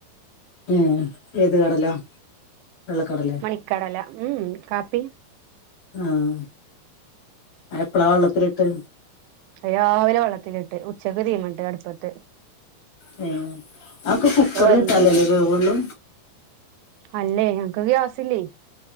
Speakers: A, on the left; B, on the right.
A: മ് ഏത് കടലാ വെള്ളക്കടല
B: ഇക്കടല ഉം കാപ്പി
A: ആഹ് എപ്പഴാ വെള്ളത്തിലിട്ട്
B: രാവിലെ വെള്ളത്തിലിട്ട് ഉച്ചക്ക് തീമണ്ട് അടുപ്പത്ത്
A: മ് ആക്കെ കുക്കറിൽ
B: ഓ എന്തോ
A: ഇട്ടാലല്ലേ വേവൊള്ളു
B: അല്ലേ ഞങ്ങക്ക് ഗ്യാസില്ലേ